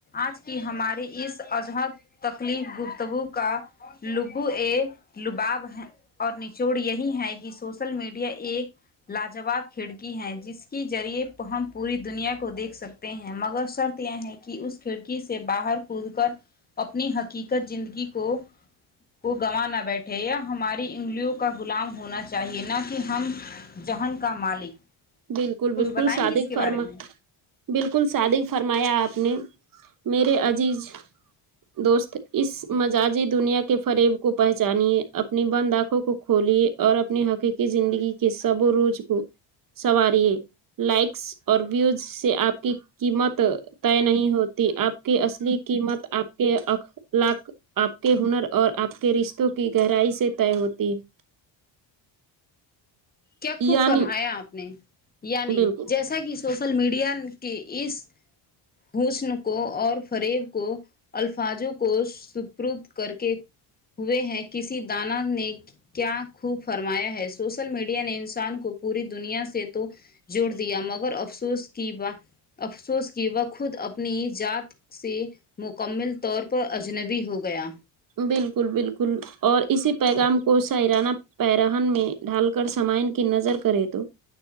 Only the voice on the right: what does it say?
بالکل
بالکل
صادق
فرما
بالکل صادق فرمایا آپ نے میرے عزیز دوست اس مجاذی دنیا کے فریب کو پہچانیے اپنی بند آنکھوں کو کھولیے اور اپنے حقیقی زندگی کے سب و روز کو سنواریے لائکس اور ویوز سے آپ کی قیمت طے نہیں ہوتی آپ کی اصلی قیمت آپ کے اخلاق آپ کے ہنر اور آپ کے رشتوں کی گہرائی سے طے ہوتی ہے
یعنی
بالکل
بالکل بالکل اور اسی پیغام کو شعرانہ پیرہن میں ڈھال کر سامائن کی نظر کرے تو